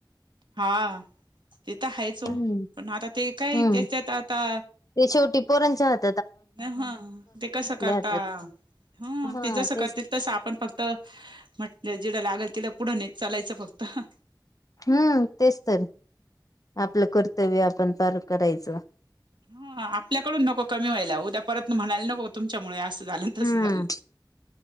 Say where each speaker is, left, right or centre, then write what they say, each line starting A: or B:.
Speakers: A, on the right (about 75°); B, on the left (about 50°).
A: हां ते तरं हायंच हो
B: हम्म
A: पणं आंता ते कायं
B: हम्म
A: त्यांच्यातं आंता
B: ते शेवटी पोरांच्या हाती
A: हां ते कसं करतां
B: हातात
A: हं
B: हा
A: ते जसं
B: तेच
A: करतील तसं आपणं फक्तं ते म्हटलं जिलां लागेल तिलां पुढे नेतं चालांयचं फक्तं
B: हम्मं तेचं तरं आपलं कर्तव्य आपणं पारं करायचं
A: हं आपल्याकडूंन नको कमी व्हांयला उद्यां परंत म्हणांयला नको तुमच्यांमुळे असं झालं आं तसं
B: हम्म
A: झालं